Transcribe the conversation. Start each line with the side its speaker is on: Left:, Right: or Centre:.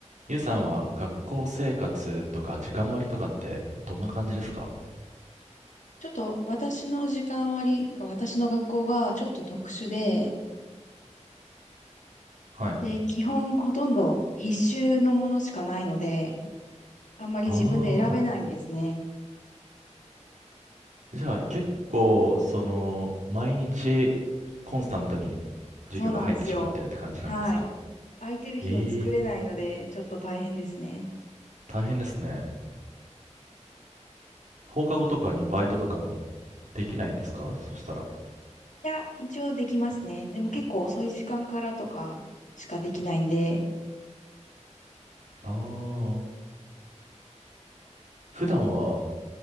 Right: ゆうさんは学校生活とか時間割とかってどんな感じですか
Left: ちょっと私の時間割り、私の学校がちょっと特殊で、
Right: はい。
Left: で、基本ほとんど必修のものしかないので、あんまり自分で選べないんですね。
Right: ああ。じゃあ結構、その、毎日コンスタントに授業が入ってしまってるって感じなんですか
Left: そうなんですよ。はい。空いてる日を作れないので、
Right: ええ、
Left: ちょっと大変ですね。
Right: 大変ですね。放課後とかにバイトとかもできないんですかそしたら。
Left: いや、一応できますね。でも結構遅い時間からとかしかできないんで、
Right: ああ。普段は、